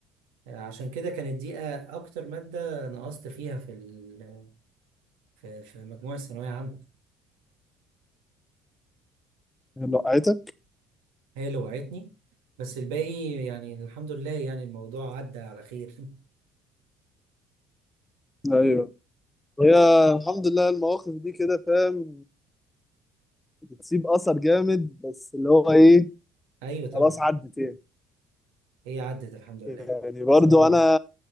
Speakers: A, on the right (about 75°); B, on the left (about 15°).
A: آه، عشان كده كانت دي آه، اكتر مادة نقصت فيها في ال... في في مجموع الثانوية عامة
B: يلا وقعتك
A: هي اللي وقعتني بس الباقي يعني الحمد لله يعني الموضوع عدى على خير
B: ايوه هي الحمد لله المواقف دي كده فاهم بتسيب اثر جامد بس اللي هو ايه
A: <laughs> ايوه طبعا
B: خلاص عدت يعني
A: هي عدت الحمد لله
B: يعني برضو
A: تمام
B: انا